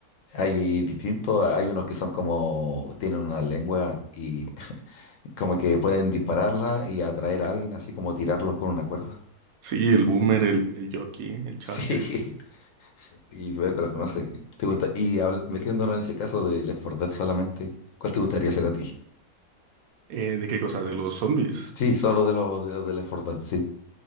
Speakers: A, on the left (about 65°); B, on the right (about 75°).
A: hay distintos, hay unos que son como, tienen una lengua y <laughs> como que pueden dispararla y atraer a alguien, así como tirarlos con una cuerda.
B: Sí, el Boomer, el, el Jockey, el Charger.
A: <laughs> Sí, Y luego los conoces. ¿Te gusta? Y habla- metiéndonos en ese caso de Left four Dead solamente, ¿cuál te gustaría ser a ti?
B: Eh, ¿de qué cosa? De los zombies.
A: Sí, solo de los de, los de Left four Dead, sí.